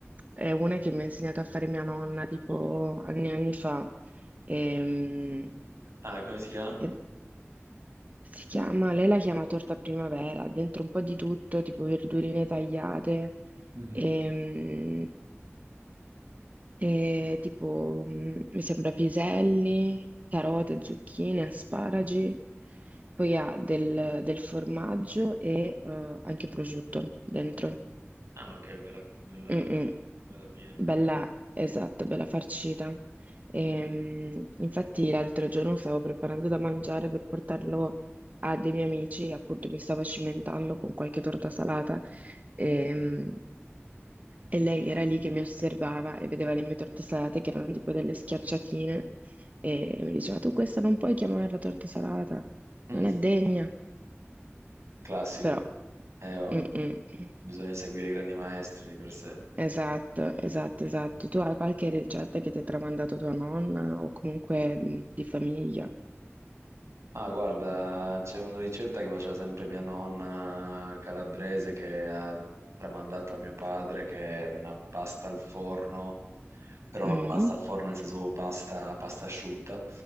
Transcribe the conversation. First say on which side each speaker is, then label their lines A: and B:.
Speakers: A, on the right (about 35°); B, on the right (about 80°).
A: è una che mi ha insegnato a fare mia nonna tipo anni e anni fa. Ehm,
B: Ah, e come si chiama?
A: e si chiama, lei la chiama torta primavera, dentro un po' di tutto, tipo verdurine tagliate.
B: Mhm.
A: Ehm, E tipo, mh, mi sembra piselli, carote, zucchine, asparagi, poi ha del, del formaggio e eh, anche prosciutto dentro.
B: Ah, ok, bella, bella,
A: Mm-mm.
B: bella piena.
A: Bella, esatto, bella farcita. Ehm, infatti l'altro giorno stavo preparando da mangiare per portarlo a dei miei amici, appunto mi stavo cimentando con qualche torta salata. Ehm, e lei era lì che mi osservava e vedeva le mie torte salate che erano tipo delle schiacciatine e mi diceva tu questa non puoi chiamarla torta salata,
B: Mm,
A: non è degna.
B: Classico.
A: Però,
B: Eh, oh,
A: mm, mm.
B: bisogna seguire i grandi maestri di per sé.
A: Esatto, esatto, esatto. Tu hai qualche ricetta che ti ha tramandato tua nonna o comunque mm, di famiglia?
B: Ah, guarda, c'è una ricetta che faceva sempre mia nonna calabrese che ha tramandato a mio padre, che è una pasta al forno però
A: Mm,
B: pasta al forno, nel senso pasta, pasta asciutta,